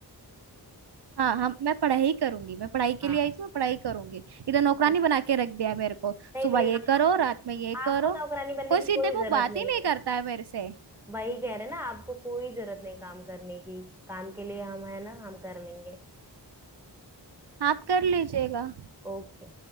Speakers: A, on the right; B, in the centre.
A: हाँ हम मैं पढ़ाई करूंगी मैं पढ़ाई के
B: हाँ
A: लिए आई थी मैं पढ़ाई करूंगी इधर नौकरानी
B: ठीक
A: बना के रख दिया है मेरे को
B: नहीं
A: सुबह
B: नहीं आप-
A: ये करो रात में ये
B: आपको
A: करो
B: नौकरानी बनने
A: कोई
B: की
A: सीधे
B: कोई
A: मुंह
B: जरूरत
A: बात
B: नहीं
A: ही नहीं
B: है
A: करता है मेरे से
B: वही कह रहे ना आपको कोई जरूरत नहीं काम करने की काम के लिए हम है ना हम कर लेंगे
A: आप कर लीजिएगा
B: ओके